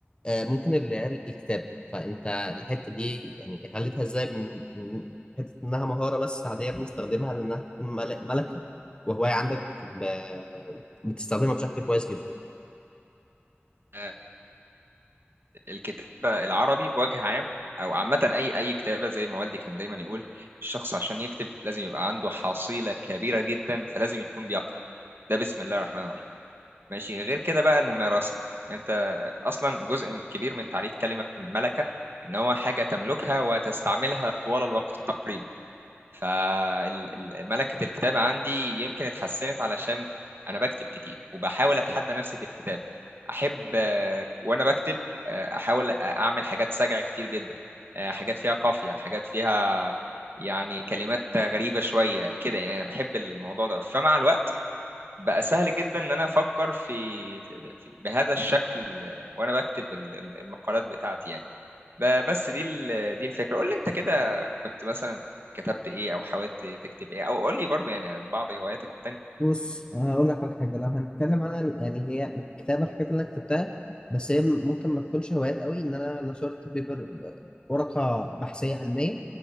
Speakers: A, on the left; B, on the right.
A: آه، ممكن العيال الكتاب فانت الحته دي يعني خليتها ازاي من من حته انها مهاره بس عاديه بنستخدمها لانها تكون مل- ملكه وهوايه عندك ب... بتستخدمها بشكل كويس جدا
B: آه، الكتابة العربي بوجه عام أو عامة أي أي كتابة زي ما والدي كان دايما يقول الشخص عشان يكتب لازم يبقى عنده حصيلة كبيرة جدا فلازم يكون بيقرأ ده بسم الله الرحمن الرحيم ماشي غير كده بقى الممارسة أنت أصلا جزء من كبير من تعريف كلمة ملكة إن هو حاجة تملكها وتستعملها طوال الوقت تقريبا فملكة الكتابة عندي يمكن اتحسنت علشان أنا بكتب كتير وبحاول أتحدى نفسي في الكتابة أحب آه، وأنا بكتب آه، أحاول أعمل حاجات سجع كتير جدا آه، حاجات فيها قافية حاجات فيها يعني كلمات غريبة شوية كده يعني أنا بحب الموضوع ده فمع الوقت بقى سهل جدا إن أنا أفكر في, في في- بهذا الشكل آه، وأنا بكتب ال- ال- المقالات بتاعتي يعني ب- بس دي ال- دي الفكره قول لي انت كده كنت مثلا كتبت ايه او حاولت تكتب ايه او قول لي برضه يعني بعض هواياتك التانية
A: بص هقول لك على حاجة لو هنتكلم عن ال- يعني هي الكتابة الحاجات اللي أنا كتبتها بس هي م- ممكن ما تكونش هوايات قوي إن أنا نشرت بيبر ب- ورقة بحثية علمية